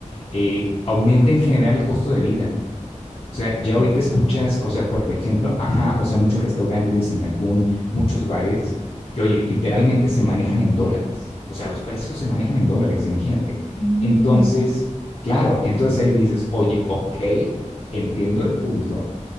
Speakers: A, on the left; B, on the left.
A: eh, aumenta en general el costo de vida. O sea, ya
B: me
A: ahorita
B: agotó
A: escuchas,
B: todo.
A: o sea, por ejemplo, ajá, o sea, muchos restaurantes en Cancún, muchos bares, que oye, literalmente se manejan en dólares. O sea, los precios se manejan en dólares, imagínate.
B: No.
A: Entonces, claro, entonces ahí dices, oye, ok, entiendo el punto,